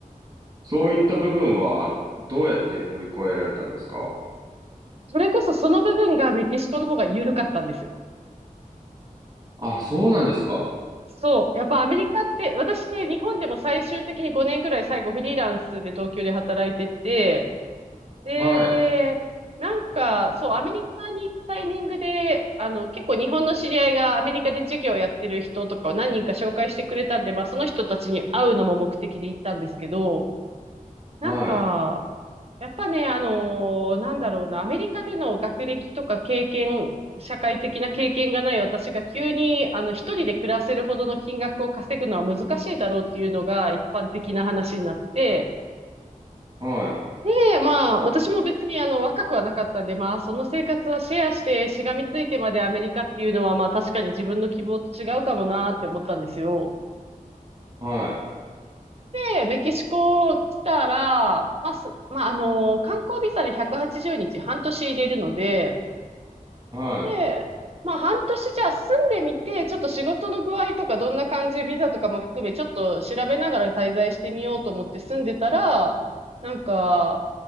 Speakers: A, on the right; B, on the right.
A: そういった部分はどうやって乗り越えられたんですか
B: それこそその部分がメキシコの方が緩かったんですよ。
A: あ、そうなんですか。
B: そう。やっぱアメリカって、私ね、日本でも最終的に5年ぐらい最後フリーランスで東京で働いてて、で、
A: はい、
B: なんか、そう、アメリカに行くタイミングで、あの、結構日本の知り合いがアメリカで授業やってる人とかを何人か紹介してくれたんで、まあその人たちに会うのも目的で行ったんですけど、なんか、
A: はい、
B: やっぱね、あのーなんだろうな、アメリカでの学歴とか経験、社会的な経験がない私が急に、あの、一人で暮らせるほどの金額を稼ぐのは難しいだろうっていうのが一般的な話になって、
A: はい、
B: で、まあ、私も別にあの、若くはなかったんで、まあ、その生活はシェアして、しがみついてまでアメリカっていうのは、まあ、確かに自分の希望と違うかもなって思ったんですよ。
A: は
B: で、メキシコ来たら、まあ、すまあ、あのー観光ビザで180日、半年入れるので、
A: い、は
B: で、まあ半年じゃあ住んでみて、ちょっと仕事の具合とかどんな感じ、ビザとかも含め、ちょっと調べながら滞在してみようと思って住んでたら、なんか、